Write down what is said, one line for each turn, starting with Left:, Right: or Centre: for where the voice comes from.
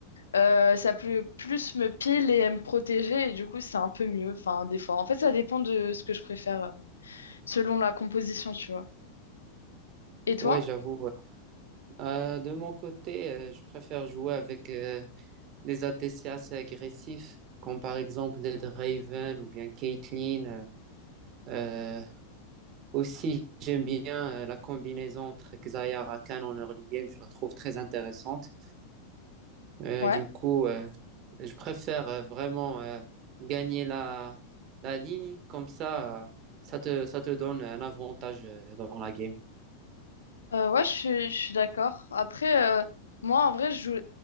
Left: euh, ça peut plus me pile et me protéger. Et du coup, c'est un peu mieux. Enfin, des fois. En fait, ça dépend de ce que je préfère. euh, selon la composition, tu vois. Et toi?
Right: Ouais, j'avoue. ouais. Euh, de mon côté, euh, je préfère jouer avec euh, des ADC assez agressifs, comme par exemple les Draven ou bien Caitlyn. Euh, euh, aussi, j'aime bien euh, la combinaison entre Xayah et Rakan en early game. Je la trouve très intéressante. Euh,
Left: Ouais.
Right: du coup, euh, je préfère euh, vraiment euh, gagner la, la ligne, comme ça, euh, ça te, ça te donne un avantage euh, dans la game.
Left: Euh, ouais, je suis, je suis d'accord. Après, euh, moi, en vrai, je joue,